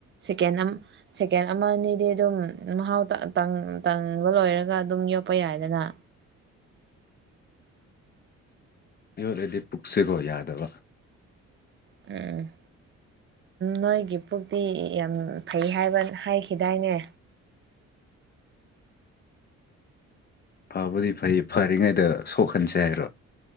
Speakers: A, on the right (about 40°); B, on the left (about 35°).
A: ꯁꯦꯀꯦꯟ ꯑꯃ ꯁꯦꯀꯦꯟ ꯑꯃ ꯑꯅꯤꯗꯤ ꯑꯗꯨꯝ ꯃꯍꯥꯎ ꯇꯪ ꯇꯪꯕ ꯂꯣꯏꯔꯒ ꯑꯗꯨꯝ ꯌꯣꯠꯄ ꯌꯥꯏꯗꯅ
B: ꯌꯣꯠꯂꯗꯤ ꯄꯨꯛꯁꯦꯀꯣ ꯌꯥꯗꯕ
A: ꯑꯦ ꯅꯣꯏꯒꯤ ꯄꯨꯛꯇꯤ ꯌꯥꯝ ꯐꯩ ꯍꯥꯏꯕ ꯍꯥꯏꯈꯤꯗꯥꯏꯅꯦ
B: ꯐꯕꯨꯗꯤ ꯐꯩ ꯐꯔꯤꯉꯩꯗ ꯁꯣꯛꯍꯟꯁꯦ ꯍꯥꯏꯔꯣ